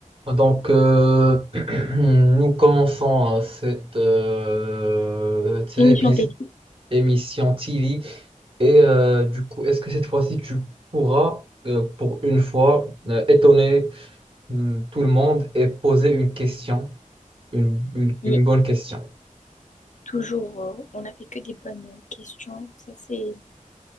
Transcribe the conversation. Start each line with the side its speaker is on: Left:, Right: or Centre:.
Right: Donc, euh, <clears throat> nous commençons euh, cette, euh, cette
Left: Émission
Right: épi-
Left: télé.
Right: cette émission TV. Et euh, du coup, est-ce que cette fois-ci, tu pourras, euh, pour une fois, euh, étonner hum, tout le monde et poser une question, une, une-
Left: Et
Right: une bonne question?
Left: toujours, euh, on n'a fait que des bonnes questions. Ça, c'est,